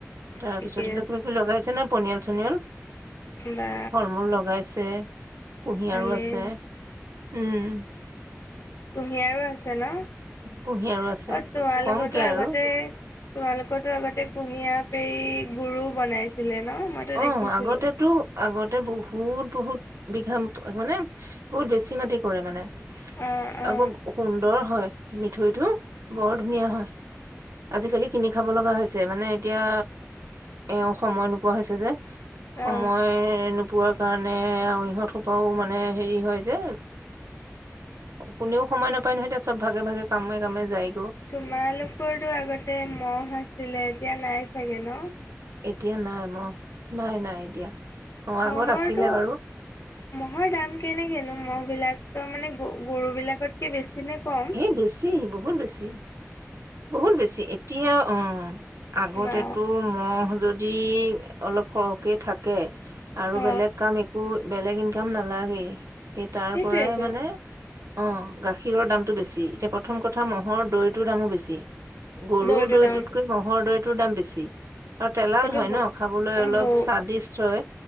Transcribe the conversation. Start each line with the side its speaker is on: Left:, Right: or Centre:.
Right: তাৰ
Left: ঠিকে
Right: পিছত এইবিলাক
Left: আছে
Right: কিবা কিবি লগাইছে নহয় পনিয়ল-চনিয়ল,
Left: বা
Right: ফলমূল লগাইছে কুঁহিয়াৰো
Left: ভালেই
Right: আছে, উম
Left: কুঁহিয়াৰো আছে আছে ন?
Right: কুঁহিয়াৰো আছে
Left: অ' তোমালোকৰতো
Right: কমকে
Left: আগতে
Right: আৰু
Left: তোমালোকৰ ৰতো আগতে কুঁহিয়াৰ পেৰি গুৰু বনাইছিলে। ন মইতো
Right: অ'
Left: দেখিছিলো
Right: আগতেতো আগতে তে বহুত বহুত বিঘা মানে বহুত বেছি মাটি কৰে মানে
Left: অ অ
Right: আৰু বৰ সুন্দৰ হয় মিঠৈটো, বৰ ধুনীয়া হয়। আজিকালি কিনি খাব লগা হৈছে মানে এতিয়া এওঁ সময় নোপোৱা হৈছে যে। সময়
Left: অ
Right: নোপোৱাৰ কাৰণে আৰু ইহঁত সোপাও মানে হেৰি হয় যে কোনেও সময় নাপায় নহয় এতিয়া চব ভাগে ভাগে কামে কামে যায়গৈ।
Left: তোমালোকৰটো আগতে ম'হ আছিলে এতিয়া নাই চাগে ন?
Right: এতিয়া নাই ম'হ, নাই নাই এতিয়া, অ' আগত
Left: মহৰটো
Right: আছিলে বাৰু।
Left: ম'হৰ দাম কেনেকেনো ম'হ বিলাকো মানে গ গৰু বিলাকতকে বেছি নে কম
Right: হে বেছি বহুত বেছি। বহুত বেছি এতিয়া অ' আগতেতো
Left: বা
Right: ম'হ যদি অলপ সৰহকে থাকে আৰু
Left: অ
Right: বেলেগ কাম একো বেলেগ ইনকাম না নালাগেই। সেই তাৰ
Left: সেইটোৱেতো
Right: পৰাই মানে অ' গাখীৰৰ দামতটো বেছি। এতিয়া প্ৰথম কথা ম'হৰ দৈ দৈটোৰ দামো বেছি। গৰুৰ
Left: দৈটো
Right: দৈটোতকৈ
Left: দাম
Right: ম'হৰ দৈটোৰ দাম বেছি। আৰু তেলাল
Left: সেইটো
Right: হয়
Left: ব
Right: ন খাবলৈ অলপ
Left: ব
Right: স্বাদিষ্ট হয়।